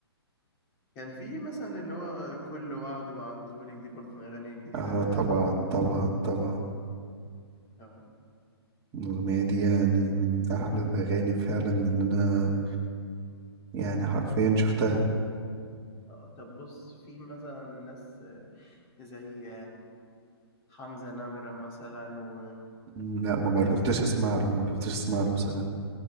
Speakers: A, on the left; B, on the right.
A: كان في مثلا اللي هو كل وعد وعدتهولك دي برضو من الأغاني الجديدة
B: اه
A: الحلوة
B: طبعا
A: أوي
B: طبعا طبعا
A: اه
B: الاغنيه دي يعني من احلى الاغاني فعلا اللي انا يعني حرفيا شفتها
A: آه، طب بص في مثلا ناس زي حمزة نمرة مثلا و
B: مم، لا ما جربتش
A: بتاع-
B: اسمع له ما جربتش اسمع له بصراحه